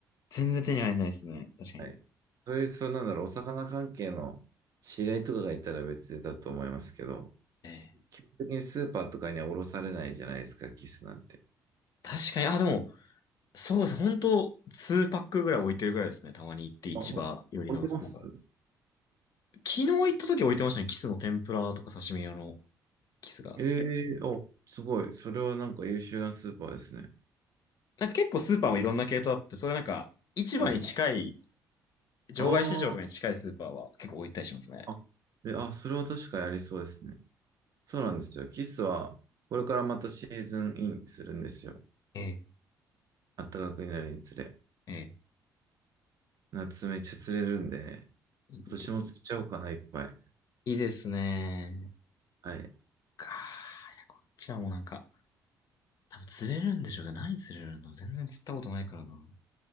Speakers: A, on the left; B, on the right.
A: 全然手に入らないですね。確かに。
B: はい。そういう、そうなんだろう、お魚関係の知り合いとかがいたら別だと思いますけど、
A: えー
B: 基本的にスーパーとかには卸されないじゃないですか、キスなんて。
A: 確かに、あ、でも、そうです。本当2パックぐらい置いてるぐらいですね。たまに行って市場寄りのスーパー。
B: あ、ほら置いてます
A: 昨日行った時置いてましたね。キスの天ぷらとか刺身用のキスが。
B: ええーお、すごい。それはなんか優秀なスーパーですね。
A: なんか結構スーパーもいろんな系統あって、それなんか、市場に近い、
B: はい。
A: 場外市場とかに近いスーパーは結構置いたりしますね。
B: あーあ、え、あ、それは確かやりそうですね。そうなんですよ。キスは、これからまたシーズンインするんですよ。
A: ええ、
B: 暖かくなるにつれ。
A: ええ、
B: 夏めっちゃ釣れるんで、
A: いいです。
B: 今年も釣っちゃおうかな、いっぱい。
A: いいですね。
B: はい。
A: かーいや、こっちはもうなんか、多分釣れるんでしょうけど、何釣れるの全然釣ったことないからな。